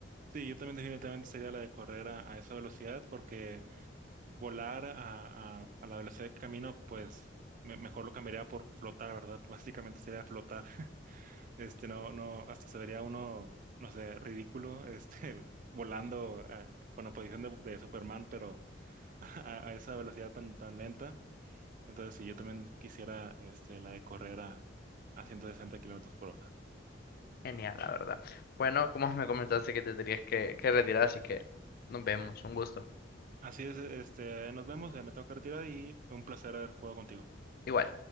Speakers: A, on the right; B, on the left.
A: Sí, yo también definitivamente sería la de correr a, a esa velocidad porque volar a, a- a la velocidad de camino, pues me- mejor lo cambiaría por flotar, ¿verdad? <laughs> Básicamente sería flotar. <laughs> Este, no, no, hasta se vería uno, no sé, ridículo, este, <laughs> volando eh, con la posición de, de Superman, pero <laughs> a, a esa velocidad tan, tan lenta. Entonces, si yo también quisiera, este, la de correr a, a 160 kilómetros por hora.
B: Genial, la verdad. Bueno, como me comentaste que te tenías que, que retirar, así que nos vemos. Un gusto.
A: Así es, este, nos vemos, eh, me tengo que retirar y un placer haber jugado contigo.
B: Igual.